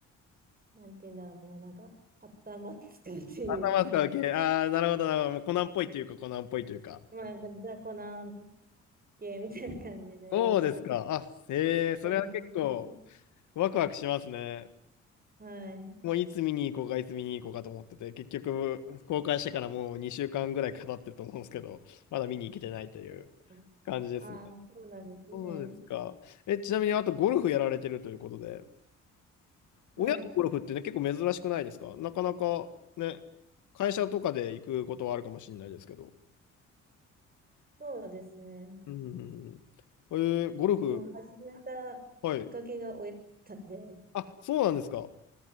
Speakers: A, on the right (about 30°); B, on the left (about 75°).
A: なんて言うんだろうな、なんか、頭使うっていうか、
B: 頭使う系。ああ、なるほど、なるほど。もうコナンっぽいというか、コナンっぽいというか。
A: まあなんか雑魚な系みたいな感じで、
B: そうですか。
A: ちょっと
B: あ、へえ、それは結構、
A: だいぶ面白かったです。
B: ワクワクしますね。
A: はい。
B: もういつ見に行こうか、いつ見に行こうかと思ってて、結局、公開してからもう2週間ぐらい語ってると思うんですけど、まだ見に行けてないという
A: そうですねああ、
B: 感じですね。
A: そうなんですね。
B: そうですか。え、ちなみに、あとゴルフやられてるということで、
A: はい。
B: 親とゴルフってね、結構珍しくないですかなかなかね、会社とかで行くことはあるかもしれないですけど。
A: そうですね。
B: うん、うんうんうん。えーゴルフ、
A: まあ、始めたきっかけが親だったんで、
B: はい。あ、そうなんですか。